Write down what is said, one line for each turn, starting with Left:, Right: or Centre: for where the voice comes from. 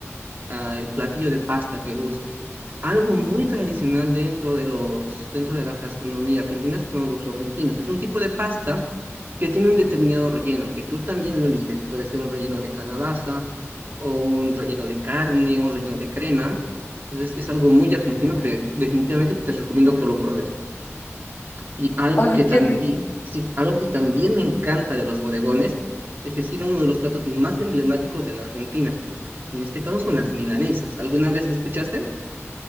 Right: ah, el platillo de pasta que gustes. Algo muy tradicional dentro de los, dentro de la gastronomía argentina son los sorrentinos. Es un tipo de pasta que tiene un determinado relleno, que tú también lo eliges. Puede ser un relleno de calabaza, o un relleno de carne, o un relleno de crema. Entonces es algo muy argentino que definitivamente te recomiendo que lo pruebes. Y algo
Left: Ay,
Right: que también,
Left: qué rico.
Right: sí, algo que también me encanta de los bodegones es que sirven uno de los platos más emblemáticos de la Argentina. En este caso son las milanesas. ¿Alguna vez lo escuchaste?